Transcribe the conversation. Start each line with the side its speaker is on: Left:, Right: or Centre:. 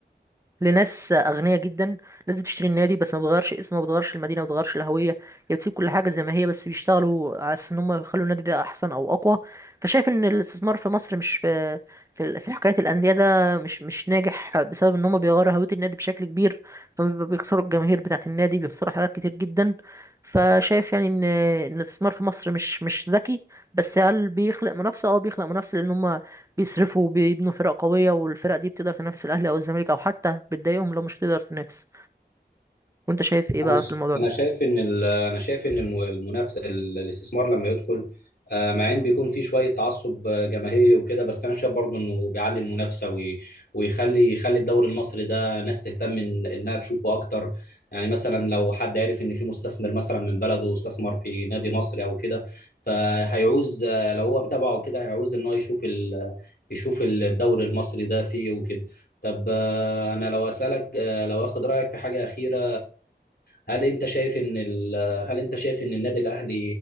Right: لناس اغنياء جدا ناس بتشتري النادي بس ما بتغيرش اسمه ما بتغيرش المدينه ما بتغيرش الهويه هي بتسيب كل حاجه زي ما هي بس بيشتغلوا على اساس ان هم يخلوا النادي ده احسن او اقوى فشايف ان الاستثمار في مصر مش في في في حكايه الانديه ده مش مش ناجح بسبب ان هم بيغيروا هويه النادي بشكل كبير فبيخسروا الجماهير بتاعه النادي بيخسروا حاجات كتير جدا فشايف يعني ان إن الاستثمار في مصر مش مش ذكي بس هل بيخلق منافسه اه بيخلق منافسه لان هم بيصرفوا وبيبنوا فرق قوية والفرق دي بتقدر تنافس الأهلي أو الزمالك أو حتى بتضايقهم لو مش تقدر تنافس وأنت شايف إيه
Left: انا
Right: بقى
Left: ش-
Right: في الموضوع
Left: انا
Right: ده
Left: شايف ان ال- انا شايف ان الم- المنافسه ال- الاستثمار لما يدخل آه، مع ان بيكون في شويه تعصب آه، جماهيري وكده بس انا شايف برضو انه بيعلي المنافسه وي- ويخلي يخلي الدوري المصري ده ناس تهتم إن- انها تشوفه اكتر يعني مثلا لو حد عارف ان في مستثمر مثلا من بلده استثمر في نادي مصري او كده فهيعوز آه، لو هو متابعه كده هيعوز ان هو يشوف ال- يشوف الدوري المصري ده فيه وكده طب آه، انا لو اسالك آه، لو اخد رايك في حاجه اخيره هل انت شايف ان ال... هل انت شايف ان النادي الاهلي